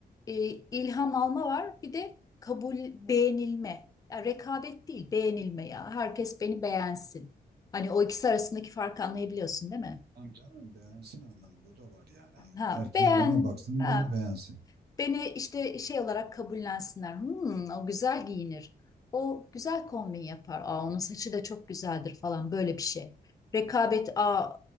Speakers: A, on the left; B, on the right.
A: e, ilham alma var bir de kabul beğenilme. Ya rekabet değil beğenilme ya herkes beni beğensin. Hani o ikisi arasındaki farkı anlayabiliyorsun değil mi?
B: Tamam canım beğensin anlamında o da var yani. Hani
A: Ha
B: herkes
A: beğen
B: bana baksın
A: ha
B: beni beğensin.
A: Beni işte şey olarak kabullensinler. Hmm, o güzel giyinir. O güzel kombin yapar. Aa, onun saçı da çok güzeldir falan böyle bir şey. Rekabet, aa